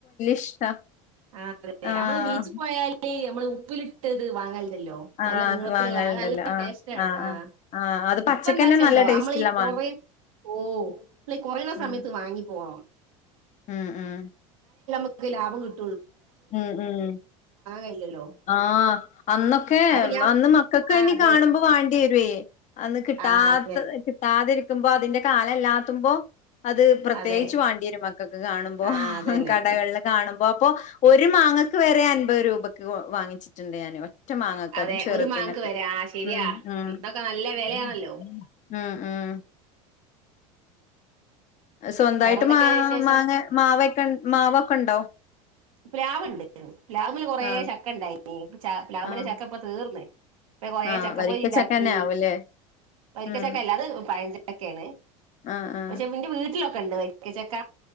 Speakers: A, on the left; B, on the right.
A: ഇഷ്ടാ
B: ആനു അല്ലേ
A: ആഹ്
B: നമ്മള് ബീച്ചി പോയാല് - നമ്മള് ഉപ്പിലിട്ട്ത് വാങ്ങല് ല്ലോ
A: ആഹ്
B: നല്ല നീളത്തിലുള്ള
A: വാങ്ങല്ണ്ടല്ലോ
B: അത് നല്ല
A: ആഹ്
B: ടേസ്റ്റാണ്
A: ആഹ്
B: ആ
A: ആഹ് ആഹ് അത് പച്ചക്കന്നെ
B: ഇപ്പ എന്താ വച്ചൊണ്ടോ
A: നല്ല ടേസ്റ്റ്ള്ള
B: നമ്മളീ കൊറെ
A: മാങ്ങ
B: ഓ നമ്മളി കൊറയണ
A: ഉം
B: സമയത്ത് വാങ്ങി പോവും
A: ഉം ഉം
B: ക്ക്‌ ലാഭം കിട്ടും
A: ഉം ഉം
B: കഴിയില്ലല്ലോ
A: ആ അന്നൊക്കെ
B: അപ്പൊ ഞാൻ
A: അന്ന് മക്കക്ക്
B: ആ
A: ഇനി
B: അതെ
A: കാണുമ്പോ വാണ്ടി വരുവേ അന്ന് കിട്ടാത്തത്
B: ആ
A: കിട്ടാതിരി നിക്കുമ്പോ അതിന്റെ കാലല്ലാത്തുമ്പോ അത് പ്രത്യേകിച്ച്
B: അതെ
A: വാണ്ട്യേരും മക്കക്ക് കാണുമ്പോ.
B: ആഹ് അതന്നെ
A: കടകള്ല് കാണുമ്പോ. അപ്പൊ ഒരു മാങ്ങക്ക് വെരെ അൻപത് രൂപക്ക് വാങ്ങിച്ചിട്ടിണ്ട് ഞാനിവി ഒറ്റമാങ്ങക്ക്
B: അതെ
A: അതും ചെറുതിനൊക്കെ.
B: ഒരു മാങ്ക് വരെ ആ ശരിയാ
A: ഉം ഉം
B: അന്നൊക്കെ നല്ല വിലയാണല്ലോ
A: ഉം. ഉം സ്വന്തായിട്ട്
B: വേറെന്തൊക്കെയാണ്
A: മാ
B: വിശേഷം
A: മാങ്ങെ മാവെക്കെണ് മാവോ? ഒക്കൊണ്ടോ
B: പ്ലാവ്ണ്ട്. പ്‌ലാവ്മല് കൊറേ
A: ആഹ്
B: ചക്കണ്ടായിനി. ച പ്‌ലാവ് മലെ
A: ആഹ്
B: ചക്കപ്പോ തീർന്ന് പ്പൊ കൊറെ
A: ആഹ്
B: ചക്കപ്പൊരി
A: വരിക്കച്ചക്കന്നെ
B: ഒണ്ടാക്കി.
A: ആവുല്ലേ
B: വരിക്ക
A: ഉം
B: ചക്കല്ല. അത് പയഞ്ചക്കയാണ്.
A: ആഹ് ആഹ്
B: പക്ഷെന്റെ വീട്ടിലൊ ണ്ട് വരിക്കച്ചക്ക.